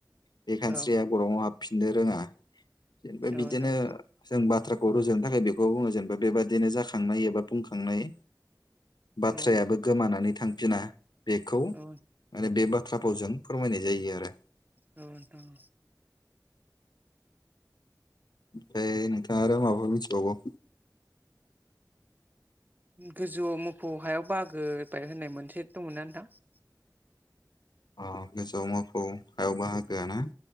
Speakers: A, on the left; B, on the right.
A: बे खानस्रिया
B: औ
A: गरङाव हाबफिननो रोङा जेन'बा
B: नोंथां
A: बिदिनो जों बाथ। थ्राखौ रुजुनो थाखाय बेखौ बुङो जेनेबा बेबादिनो जाखांनाय एबा बुंखांनाय। बाथ्रायाबो
B: औ
A: गोमानानै थांफिना बेखौ माने
B: औ
A: बे बाथ्रा। बाथ्रा फावजों फोरमायनाय जायो आरो।
B: औ नोंथां औ।
A: ओमफ्राय नोंथां आरो माबााफोर मिथिबावगौ।
B: गोजौआव मोफौ हायाव बागोबाय होननाय मोनसे दंमोनना नोंथां।
A: अ गोजौआव माखौ हायाव बाहागोआ ना।